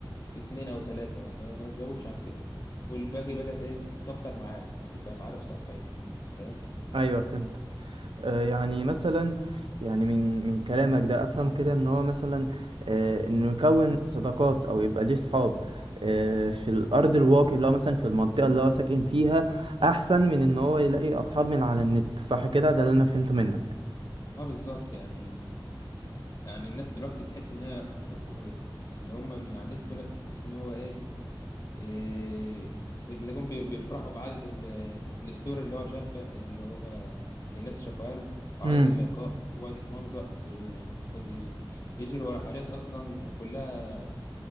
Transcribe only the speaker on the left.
اتنين او تلاته ما, ما تزودش عن كده والباقي بقى ايه كتر معارف تبقى معارف سطحيه فاهم
اه بالظبط يعني يعني الناس دلوقتي تحس ان هي ك- ك- اللي هم اللي على النت دول تحس ان هو ايه إيه، في اللي جم بي- بيفرحوا بعدد ال- الستوري اللي هو شافها اللي هو اللي الناس شافها له وعدد
اللايكات وقعد يتمنظر وقعد ي- يجري ورا حاجات اصلا كلها